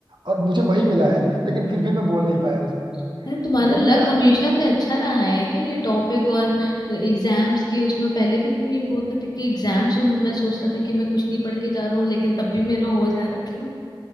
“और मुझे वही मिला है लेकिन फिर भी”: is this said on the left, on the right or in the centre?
Right